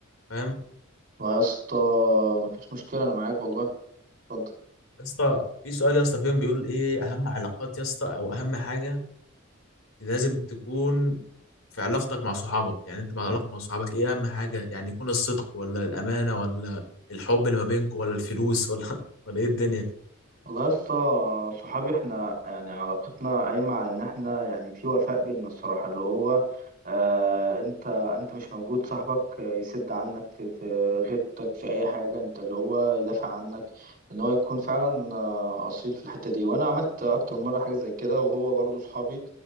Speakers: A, on the left (about 70°); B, on the right (about 45°).
A: فاهم
B: والله يا اسطى مفيش مشكله انا معاك والله اتفضل
A: يا اسطى في سؤال يا اسطى فيهم بيقول ايه اهم علاقات يا اسطى او اهم حاجه لازم تكون في علاقتك مع صحابك يعني انت مع علاقتك مع صحابك ايه اهم حاجه يعني يكون الصدق ولا الامانه ولا الحب اللي ما بينكم ولا الفلوس ولا <laughs> ولا ايه الدنيا
B: والله يا اسطى صحابي احنا يعني علاقتنا قايمه على ان احنا يعني في وفاء بينا الصراحه اللي هو آه انت انت مش موجود صاحبك يسد عنك في في غيبتك في اي حاجه انت اللي هو يدافع عنك ان هو يكون فعلا آه، اصيل في الحته دي وانا عملت اكتر مره حاجه زي كده وهو برضو صحابي